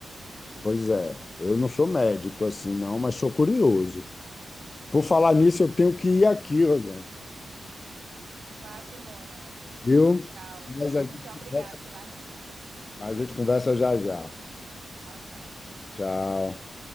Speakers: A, on the left; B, on the right.
A: Pois é, eu não sou médico assim, não, mas sou curioso. Por falar nisso, eu tenho que ir aqui, Rosana,
B: Vá-se embora, homem.
A: viu?
B: Tchau,
A: Mas
B: viu?
A: a
B: Muito
A: gente
B: obrigada
A: conversa,
B: pelas dicas.
A: mas a gente conversa já já.
B: Tchau, tchau.
A: Tchau.